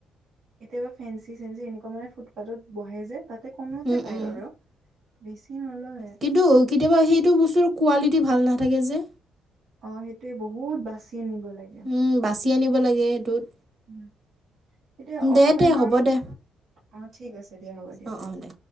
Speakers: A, on the right (about 65°); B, on the right (about 45°).
A: কেতিয়াবা ফেঞ্চি-চেঞ্চি এনেকুৱা মানে ফুটপাতত বহে যে তাতে কমোতে
B: উম
A: পায়
B: উম
A: আৰু, বেছি নলয়।
B: কিন্তু কেতিয়াবা সেইটো বস্তুৰ কোৱালিটি ভাল নাথাকে যে।
A: অ' সেইটোৱে বহুত বাচি আনিব লাগে।
B: উম, বাচি আনিব লাগে সেইটোত,
A: উম এতিয়া
B: দে
A: অফলাইনৰ
B: দে হ'ব দে।
A: অ' ঠিক আছে দিয়া, হ'ব দিয়া
B: অঁ
A: বাই।
B: অঁ দে